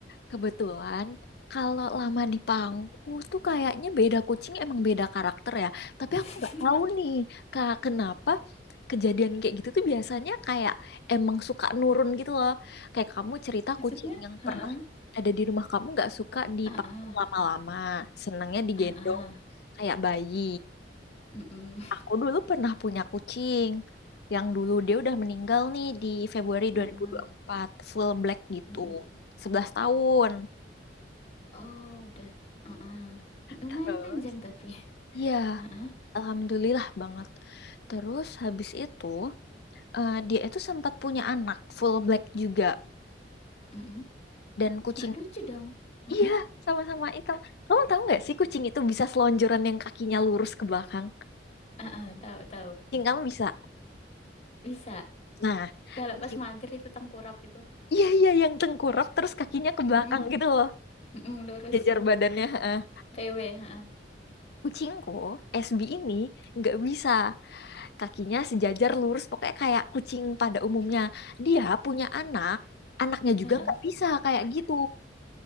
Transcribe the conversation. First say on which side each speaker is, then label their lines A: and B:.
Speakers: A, on the left; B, on the left.
A: Kebetulan kalau lama di Pangku tuh kayaknya beda kucing emang beda karakter ya. Tapi
B: <laughs>
A: aku nggak tahu nih kak kenapa kejadian kayak gitu tuh biasanya kayak emang suka nurun gitu loh. Kayak kamu cerita
B: Maksudnya?
A: kucing yang
B: Heeh,
A: pernah ada di rumah kamu nggak suka di
B: heeh,
A: Pangku lama-lama, senangnya digendong
B: heeh,
A: kayak bayi.
B: mm-mm,
A: Aku dulu pernah punya kucing yang dulu dia udah meninggal nih di Februari 2024
B: heeh,
A: full black gitu.
B: mm-mm.
A: sebelas tahun.
B: Oh, udah, heeh. Lumayan
A: Terus?
B: panjang tapi,
A: Iya,
B: heeh,
A: alhamdulillah banget. Terus habis itu eh, dia itu sempat punya anak full black juga
B: mm-mm.
A: dan kucing.
B: Mah lucu dong, heeh,
A: Iya, sama-sama hitam. Kamu tahu nggak sih kucing itu bisa selonjoran yang kakinya lurus ke belakang?
B: heeh, tahu tahu.
A: Kucing kamu bisa.
B: Bisa.
A: Nah,
B: Kalau
A: kucing.
B: pas mager itu tengkurap itu.
A: Iya iya yang tengkurap terus kakinya ke
B: Mm-mm,
A: belakang gitu loh,
B: mm-mm, lurus
A: jajar badannya. heeh.
B: PW. ha,
A: Kucingku SB ini nggak bisa. kakinya sejajar lurus pokoknya kayak kucing pada umumnya dia punya anak anaknya
B: ha,
A: juga
B: ha.
A: nggak bisa kayak gitu